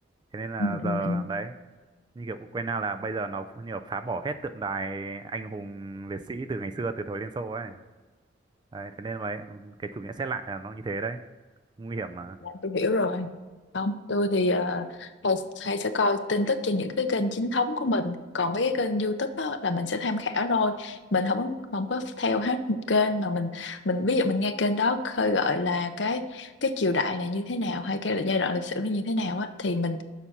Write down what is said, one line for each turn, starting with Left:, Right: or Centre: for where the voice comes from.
Right: thế nên là
Left: Ừ. Ừ.
Right: giờ
Left: Ừ.
Right: đấy như kiểu Ukraine là bây giờ nó cũng nhiều phá bỏ hết tượng đài anh hùng liệt sĩ từ ngày xưa từ thời Liên Xô ấy đấy thế nên vậy cái chủ nghĩa xét lại là nó như thế đấy nguy hiểm mà
Left: Dạ, tôi hiểu rồi. Không, tôi thì ờ, hay, hay sẽ coi tin tức trên những cái kênh chính thống của mình. Còn mấy cái kênh YouTube đó là mình sẽ tham khảo thôi. Mình không có- không có theo hết một kênh mà mình mình ví dụ mình nghe kênh đó khơi gợi là cái cái triều đại này như thế nào hay cái giai đoạn lịch sử này như thế nào á thì mình